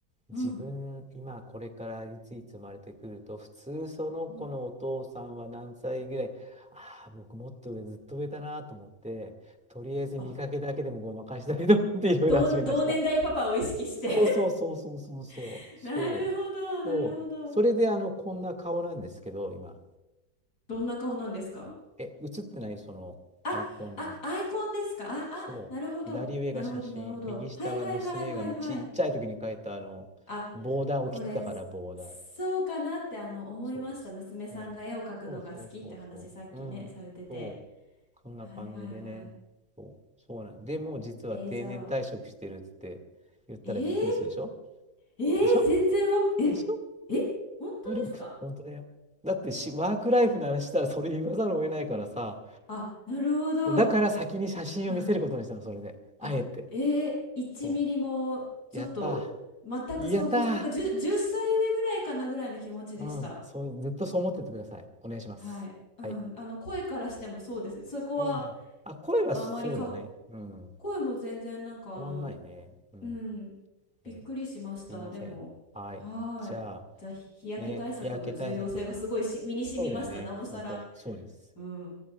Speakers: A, in the centre; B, on the left (about 70°).
A: 自分、
B: うん。
A: 今これからいついつ生まれてくると、普通その子のお父さんは何歳ぐらい、
B: うん
A: ああ、僕もっと上、ずっと上だなと思って、とりあえず見かけだけでもごまかしたいと思っていろいろ始めました。
B: あ、同、同年代パパを意識して
A: そうそうそうそうそうそう、
B: <laughs>
A: そう、
B: なるほど、なるほど。
A: そう。それであの、こんな顔なんですけど、今。
B: どんな顔なんですか
A: え、映ってないそのアイコンに。
B: あ、あ、アイコンですかあ、あ、
A: そう。
B: なるほど。
A: 左上が写真、
B: なるほど、なるほど。
A: 右下が娘がむちっちゃい時に描いたあの、
B: はいはいはいはいはい。あ、
A: ボーダーを着てたから、
B: これ、
A: ボーダーって。
B: そうかなってあの思いました。
A: そうです。
B: 娘さんが絵を描くのが好きって話さっきね、
A: そうです。そうそうそうそう。うん。
B: されてて。
A: そう。そんな感じでね。
B: はいはいはい。
A: そう。そうなんで、もう実は定年退職してるっつって言ったらびっくりするでしょ
B: えーじゃあ、えー、えー全然わ、
A: でしょ
B: え、
A: でしょ
B: え、本当ですか
A: 努力。本当だよ。だってし、ワークライフの話したらそれ言わざるを得ないからさ、
B: あ、なるほど。
A: だから先に写真を見せることにしたの、
B: うん。
A: それで。
B: あ、
A: あえて。
B: えー、1ミリもちょっと全く想像し、
A: そう。やったー。やったー。
B: なんか10、歳上ぐらいかなぐらいの気持ちでした。
A: うん。そう、ずっとそう思っててください。お願いします。
B: はい。うん。
A: はい。
B: あの、声からしてもそうですね。そこは
A: うん。あ、声はそうだね。
B: あまりかわ、
A: うん。
B: 声も全然なんかあの、
A: 変わんないね。うん。
B: うん、びっくりしました。
A: えーすいません。
B: でも、
A: はい。
B: はーい。
A: じゃあ、
B: じゃあ、日焼け対策の重要性がすごいし身に染みました。
A: ね、日焼け対策。そうだよね。
B: なおさら。
A: 本当に。そうです。
B: うん。